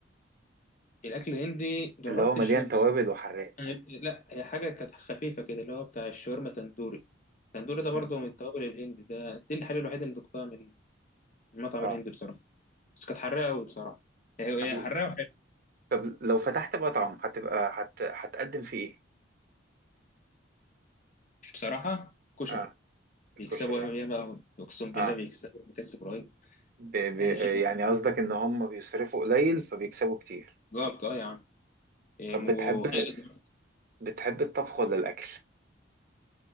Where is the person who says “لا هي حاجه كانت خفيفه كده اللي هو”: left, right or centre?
Left